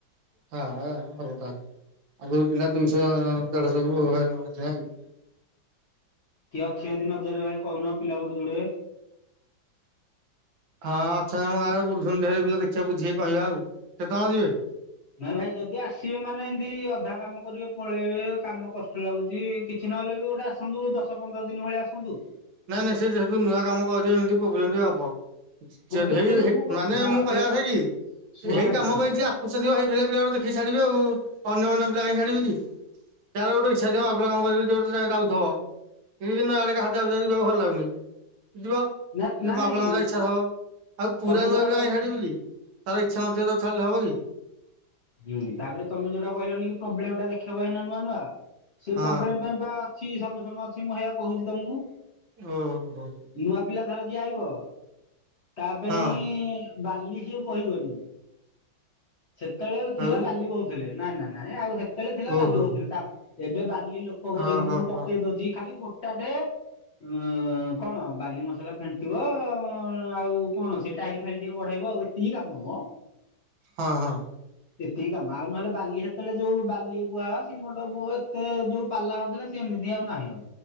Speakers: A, on the right (about 80°); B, on the left (about 45°).
A: ହଁ ଅଁ ଭଲ ତା ହେଲେ ଆଗରୁ ପିଲା ଦୁଇଶହ ଦେଢଶହ କୁ ହଇରାଣ ହଉଚି ନାହିଁ କି?
B: କିଏ ଅଛି ଦି ନଜରରେ ଭାଇ କହୁନ ପିଲା ଗୋଟେ ଯୋଡେ।
A: ହଁ ଅଛନ୍ତି ଆମ ଗାଁ ରେ ବୁଲଚନ୍ତି ଢେରେ ପିଲା ଦେଖିବା ବୁଝିକି କହିବା ଆଉ। କେତେ ଜଣ ଯିବେ?
B: ନାଇଁ ଭାଇ ଯଦି ଆସିବେ ମାନେ ଏମିତି ଅଧା କାମ କରିବେ ପଳେଇବେ କାମ କଷ୍ଟ ଲାଗୁଚି। କିଛି ନହେଲେ ବି ଗୋଟେ ଆସନ୍ତୁ ଦଶ ପନ୍ଦର ଦିନ ଭଳିଆ ଆସନ୍ତୁ।
A: ନାଇଁ ନାଇଁ ସେ ଯେହେତୁ ନୂଆ କାମ କରୁଚି ଏମିତି ପ୍ରୋବ୍ଲେମ ବି ହେବ। <unintelligible>
B: ପ୍ରୋବ୍ଲେମ
A: ହେଇ
B: ବେଲେ
A: ହେଇ
B: ମୁଁ
A: ମାନେ
B: ହଁ
A: ମୋ କଥା
B: ସେଇ
A: କି
B: ଶୁଣ
A: ହେଇ
B: ଭାଇ
A: କାମ
B: ଶୁଣ
A: ପାଇଁ ଯିଏ ଆ <unintelligible> ଭାଇ ବୁଲା ପିଲାକୁ ଦେଖି ଛାଡିବି ଆଉ ଅନ୍ୟ ମାନ ପିଲା କାଇଁ ଛାଡ଼ିବି କି? ଯାର ଗୋଟେ ଇଛା ଯାଉ ଆପଣ କୁ ଯୋ ଯାଉଥିବ ଏମି ନା ଦିନ ହାତେ ଯାଉ ଯଦି ତାକୁ ଭଲ ଲାଗୁନି ଯିବ
B: ନା ନା
A: ମାଆ
B: ନାଇଁ
A: ବାପାଙ୍କ ଯା ଇଚ୍ଛା ଥିବ। ଆଉ ପୁରା
B: ତମେ
A: ନୂଆ
B: ଯୋଉଟା
A: ପିଲା
B: କହିଲ
A: କାଇଁ ଛାଡିବି କି ଯାର ଇଚ୍ଛା ନଥିବ ତାକୁ ଛାଡିଲେ ହବ କି?
B: ହୁଁ ତା ପରେ ତମେ ଯୋଉଟା କହିଲନି କି ପ୍ରୋବ୍ଲେମ ଟା ଦେଖେଇବ ହେ ନୂଆ ନୂଆ ସେ
A: ହଁ
B: ପ୍ରୋବ୍ଲେମ ପାଇଁ ପା ଛି ସଲୁସନ ଅଛି ମୁଁ ଏୟଆ କହୁଛି ତମକୁ।
A: ଓହୋ।
B: ନୂଆ ପିଲା ଧର ଯିଏ ଆଇବ ତା ପାଇଁ
A: ହଁ
B: ବାଲି ସିଏ ବୋହିବନି। ସେତେବେଳେ ରେ ଥିଲା
A: ଆଉ
B: ବାଲି ବୋହୁଥିଲେ। ନା ନା ନାଇଁ ଆଉ ସେତେବେଳେ ଥିଲା
A: ଓହୋ
B: ବାଲି ବୋହୁଥିଲେ ତା ଏବେ ବାଲି ଲୋକ ଲୋକ କରିକି
A: ଓହୋ
B: ମୁଁ ପକେଇ
A: ହଁ
B: ଦଉଚି। ଖାଲି ଗୋଟା ଟେ ଏଁ କଣ ବାଲି ମସଲା ଫେଣ୍ଟିବ ଆଉ କଣ ସେ ଟାଇଲ ଫାଇଲ ଟିକେ ବଢେଇବ ଆଉ ଏତିକ ହିଁ କାମ ବା।
A: ହଁ ହଁ
B: ଏତିକି କାମ ଆଉ ନହେଲେ ବାଲି ସେତେବେଳେ ଯୋଉ ବାଲି ବୁହା, ସିମଟ ବୁହ, ଏତେ ଯୋଉ ପାଲା ହଉଥିଲେ ଏମିତି ଆଉ ନାହିଁ ଆଉ,